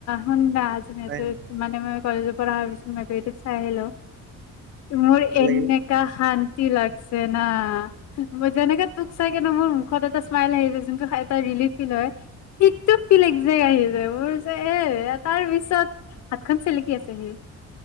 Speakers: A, on the left; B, on the right.
A: অ নাই, আজি মানে
B: হয়
A: <unintelligible>
B: নেকি
A: মানে মই কলেজ পৰা বিছ মকটো চাই আহিলোঁ মোৰ
B: ভাল
A: এনেকা
B: লাগিল
A: শান লাগছে না। মই যেনেকে তোক চাই কেনে মোৰ মুখত এটা স্মাইল আহি যায়, যোনটো এটা ৰিলিফ ফিল হয় সেইটো ফিল একজেক আহি যায় মোৰ। পিছত এ তাৰ পিছত হাতখন চেলেকি আছে সি।